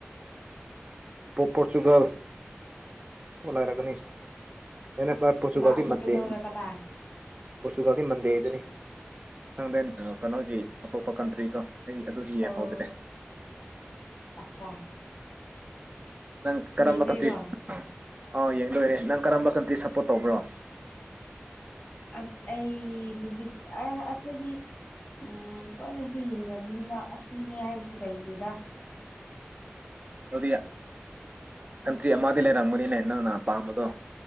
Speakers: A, on the right; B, on the left.
A: ꯄꯣꯔꯆꯨꯒꯜꯣꯂꯥꯏꯔꯒꯅꯤ ꯅꯩꯅ ꯄꯣꯔꯆꯨꯒꯥꯜꯗꯤ
B: ꯃꯥ ꯄꯣꯔꯇꯨꯒꯜꯒ
A: ꯃꯟꯗꯦ
B: ꯀꯅꯥ
A: ꯄꯣꯔꯆꯨꯒꯥꯜꯗꯤ ꯃꯟꯗꯦꯗꯨꯅꯤ ꯈꯪꯗꯦꯟ ꯀꯩꯅꯣꯒꯤ ꯑꯇꯣꯞꯄ ꯀꯟꯇ꯭ꯔꯤ ꯀꯣ ꯑꯩ ꯑꯗꯨꯗꯤ ꯌꯦꯡꯍꯧꯗ꯭ꯔꯦ
B: ꯑꯣ ꯑꯠꯆꯥ
A: ꯅꯪ ꯀꯔꯝꯕ
B: ꯌꯦꯡꯗꯣꯏꯔꯣ
A: ꯀꯟꯇ꯭ꯔꯤ ꯑꯥꯎ ꯌꯦꯡꯗꯣꯏꯔꯦ ꯅꯪ ꯀꯔꯝꯕ ꯀꯟꯇ꯭ꯔꯤ ꯁꯞꯄꯣꯔꯠ ꯇꯧꯕ꯭ꯔꯣ <unintelligible>
B: ꯑꯁ ꯑꯩ ꯍꯧꯖꯤꯛ ꯑꯩꯈꯣꯏꯗꯤ ꯎꯝ ꯇꯣꯏꯅꯁꯨ ꯌꯦꯡꯅꯕꯅꯤꯅ ꯑꯁꯤꯅꯦ ꯍꯥꯏꯕꯁꯨ ꯂꯩꯇꯦꯗ
A: ꯑꯗꯨꯔꯤꯌꯥ ꯀꯟꯇ꯭ꯔꯤ ꯑꯃꯗꯤ ꯂꯩꯔꯝꯒꯅꯤꯅꯦ ꯅꯪꯅ ꯄꯥꯝꯕꯗꯣ